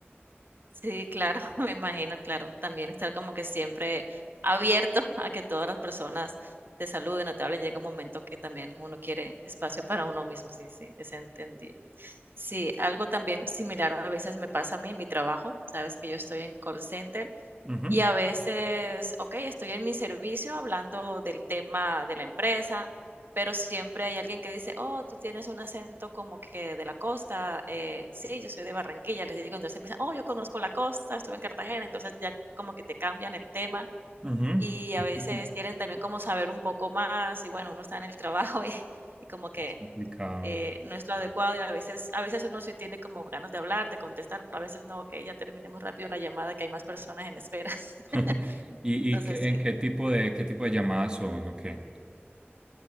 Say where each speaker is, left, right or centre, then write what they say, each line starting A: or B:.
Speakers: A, on the right; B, on the right.
A: Sí, claro, <laughs> me imagino, claro. También estar como que siempre abierto a que todas las personas te saluden o te hablen. Llega un momento que también uno quiere espacio para uno mismo. Sí, sí, es entendible. Sí, algo también similar a veces me pasa a mí en mi trabajo. Sabes que yo estoy en call center
B: Ujú,
A: y a veces, ok, estoy en mi servicio hablando del tema de la empresa, pero siempre hay alguien que dice, oh, tú tienes un acento como que de la costa, eh, sí, yo soy de Barranquilla, les digo, entonces empiezan, oh, yo conozco la costa, estuve en Cartagena, entonces ya como que te cambian el tema
B: ujú.
A: y a
B: <laughs>
A: veces quieren también como saber un poco más y bueno, uno está en el trabajo <laughs> y, y como que
B: Es complicado.
A: eh, no es lo adecuado y a veces, a veces uno sí tiene como ganas de hablar, de contestar, pero a veces no, ok, ya terminemos rápido la llamada que hay más personas en espera. <laughs>
B: <laughs> ¿Y,
A: Entonces,
B: y qué-
A: sí.
B: en qué tipo de qué tipo de llamadas son o qué?